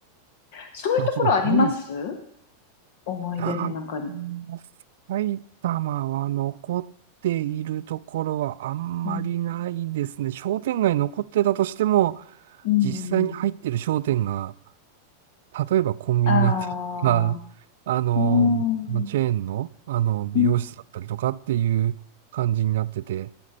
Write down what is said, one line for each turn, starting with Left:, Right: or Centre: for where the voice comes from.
Left: そういうところあります
Right: まあ、ちょっと古い
Left: 思い出の中に。
Right: あーもう埼玉は残っているところはあんまりないですね。
Left: うん。
Right: 商店街残ってたとしても、
Left: うん。
Right: 実際に入ってる商店が、例えばコンビニだったりとか、
Left: ああ、
Right: あの、
Left: うん。
Right: あのチェーンの、あの美容室だったりとかっていう感じになってて、
Left: うん。